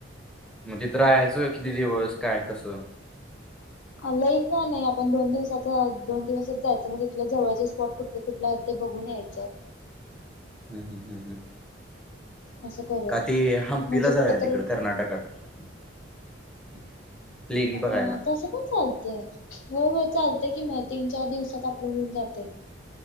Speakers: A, in the centre; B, on the left.
A: मंग तिथं राहायचं किती दिवस काय कसं?
B: लंय का नाही आपण दोन दिवसाचं दोन दिवसंच जायचं मग तीथल जवळच स्पॉट कुठले कुठले आहेत ते बघून यायचं.
A: हम हम ह.
B: असं करूया
A: का ते हंपीला
B: म्हणजे
A: जाऊया
B: कुठं तर
A: तिकडं कर्नाटकात? <inaudible>
B: अ
A: बघायला
B: तस पण चाल तय हो हो चालतय कि म तीन चार दिवसात आपलं होऊन जाते